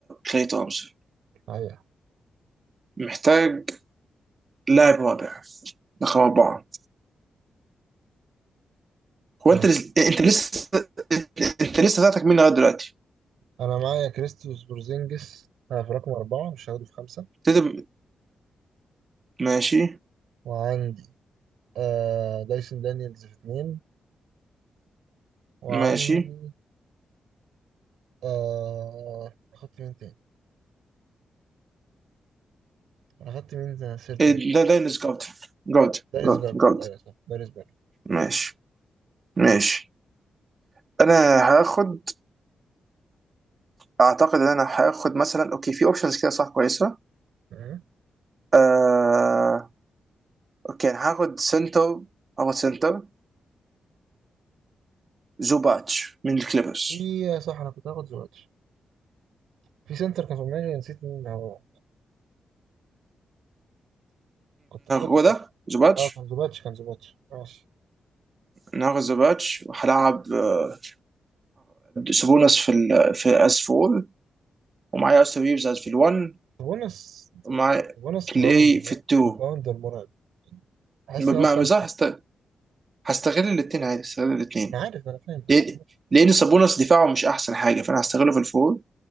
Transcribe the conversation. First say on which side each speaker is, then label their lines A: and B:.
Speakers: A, on the right (about 45°); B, on the right (about 85°).
A: كلاي تومسون
B: صحيح
A: محتاج لاعب رابع رقم أربعة
B: ماشي
A: هو أنت لس... أنت لسه أنت لسه ذاتك مين لغاية دلوقتي؟
B: انا معايا كريستوس بورزينجس آه، في رقم أربعة مش هاخده في خمسة
A: تدم... ماشي
B: وعندي آه دايسون دانييلز في اتنين وعندي
A: ماشي
B: آه أخدت مين تاني؟ أنا أخدت مين سيرت
A: إيه،
B: بيك؟
A: ده داينس جود جود
B: داريس
A: جود
B: جارد
A: جود
B: أيوة صح داريس جارد
A: ماشي ماشي أنا هاخد أعتقد إن أنا هاخد مثلا أوكي في أوبشنز كده صح كويسة
B: آه.
A: آه... أوكي أنا هاخد سنتر هاخد سنتر زوباتش من الكليبرز
B: في آه، صح أنا كنت هاخد زوباتش في سنتر كان في دماغي نسيت مين هو كنت هاخد
A: هو
B: زوباتش
A: ده زوباتش
B: أه كان زوباتش كان زوباتش ماشي
A: النهارده ذا باتش وهلعب آه، سابونس في ال في اس 4 ومعايا اوستن ريفز في ال1
B: بونس
A: ومعايا
B: بونس
A: كلاي
B: ريباوند مر-
A: في ال2
B: ريباوند المرعب حاسس
A: ما
B: إن هو في خمسة
A: ما- صح
B: أحسن
A: هست- هستغل الاثنين عادي هستغل الاثنين
B: أنا عارف أنا فاهم بس
A: لان
B: هو
A: لأن سابونس دفاعه مش احسن حاجه فانا هستغله في الفور